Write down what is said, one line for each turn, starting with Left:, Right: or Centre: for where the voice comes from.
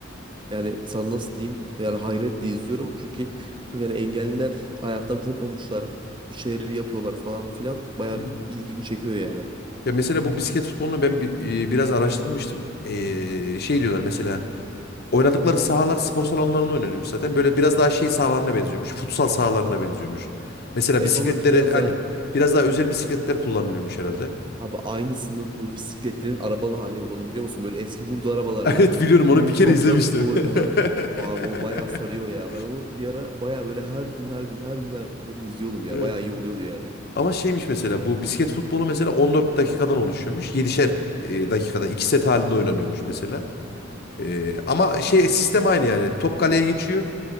Right: yani sana nasıl diyeyim yani hayretle izliyorum. Çünkü yani engelliler hayattan kopmamışlar. Bir şeyleri yapıyorlar falan filan. Bayağı
Left: Hı hı.
Right: ilgimi çekiyor yani.
Left: Ya mesela bu bisiklet futbolunu ben bi- e, biraz araştırmıştım. Ee, şey diyorlar mesela Oynadıkları sahalar spor salonlarında oynanıyormuş zaten. Böyle biraz daha şey sahalarına benziyormuş. Futsal sahalarına benziyormuş. Mesela
Right: Evet
Left: bisikletleri
Right: onlarınki biraz
Left: aynen.
Right: daha
Left: Biraz daha özel bisikletler kullanılıyormuş herhalde. <laughs>
Right: abi aynısının bu bisikletlerin arabalı hali var onu biliyor musun? Böyle eski hurda arabalarla
Left: Evet biliyorum onu
Right: büyük
Left: bir kere
Right: topta
Left: izlemiştim.
Right: futbol oynuyorlar. Abi
Left: <laughs>
Right: o bayağı sarıyor ya. Ben onu bir ara bayağı böyle her gün her gün her gün her gün izliyordum ya.
Left: Evet.
Right: Bayağı iyi oluyordu yani.
Left: Ama şeymiş mesela bu bisiklet futbolu mesela 14 dakikadan oluşuyormuş. 7'şer e, dakikada 2 set halinde oynanıyormuş mesela. E, ama şey sistem aynı yani. Top kaleye geçiyor.